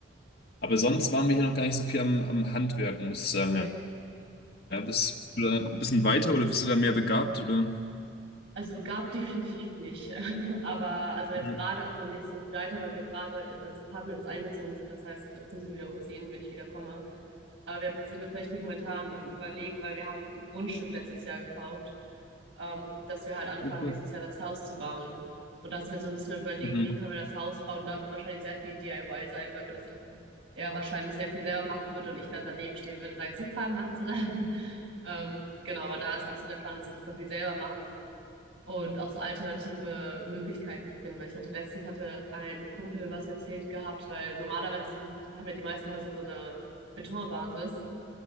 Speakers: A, on the left (about 50°); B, on the right (about 65°).
A: Aber sonst waren wir hier noch gar nicht so viel am, am Handwerken, muss ich sagen.
B: Nee.
A: Ja, Ja, bist, bist du da ein bisschen weiter oder bist du da mehr begabt? Oder?
B: Also begabt definitiv nicht. <laughs> Aber also jetzt
A: Mhm.
B: gerade auch noch nicht so viel weiter, weil wir gerade in das Apartment jetzt eingezogen sind. Das heißt, jetzt müssen wir wieder umziehen, wenn ich wieder komme. Aber wir sind tatsächlich momentan am Überlegen, weil wir haben ein Grundstück letztes Jahr gekauft, ähm, dass wir halt anfangen,
A: Oh, cool.
B: nächstes Jahr das Haus zu bauen. Und da sind wir so ein bisschen am Überlegen,
A: Mhm.
B: wie können wir das Haus bauen. Da wird wahrscheinlich sehr viel DIY sein, weil wir das eher wahrscheinlich sehr viel selber machen würden und ich dann daneben stehen würde und sage, super, machst du das? <laughs> Ähm, genau, aber da ist auch so der Plan, dass wir super viel selber machen und auch so alternative Möglichkeiten finden. Weil ich hatte letztens hatte ein Kumpel was erzählt gehabt, weil normalerweise sind, haben ja die meisten Häuser so eine Betonbasis.